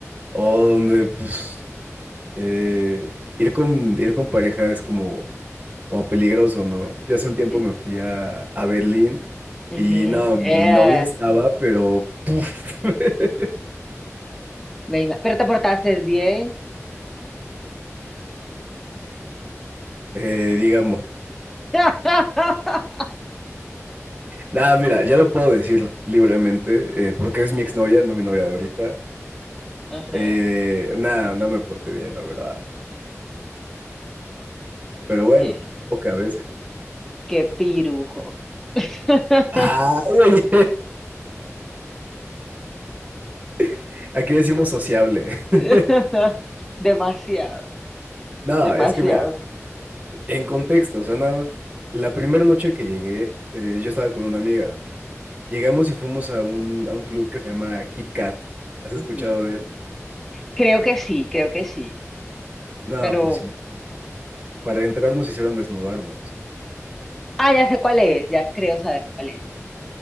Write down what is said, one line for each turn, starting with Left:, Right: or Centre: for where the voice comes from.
Right: O donde, pues, eh, ir con, ir con pareja es como, como peligroso, ¿no? Yo hace un tiempo
Centre: sí.
Right: me fui a, a Berlín
Centre: Ujú.
Right: y no, mi
Centre: Eh,
Right: novia estaba, pero, puf, <laughs>
Centre: me ima- pero te portaste bien.
Right: eh, digamos.
Centre: <laughs>
Right: Nada, mira, ya lo puedo decir libremente, eh, porque es mi exnovia, no mi novia de ahorita.
Centre: Ajá,
Right: Eh, nada, no me porté bien, la verdad. Pero bueno,
Centre: qué,
Right: toca a veces.
Centre: qué pirujo. <laughs>
Right: Ay, oye. <laughs> Aquí decimos sociable.
Centre: <laughs>
Right: <laughs>
Centre: Demasiado,
Right: No,
Centre: demasiado.
Right: es que mira, en contexto, o sea, nada más. La primera noche que llegué, eh, yo estaba con una amiga. Llegamos y fuimos a un, a un club que se llama Kit Kat. ¿Has escuchado
Centre: Ujú.
Right: de él?
Centre: Creo que sí, creo que sí.
Right: No,
Centre: Pero,
Right: pues sí, imagínate. Para entrar nos hicieron desnudarnos.
Centre: ah, ya sé cuál es, ya creo saber cuál es.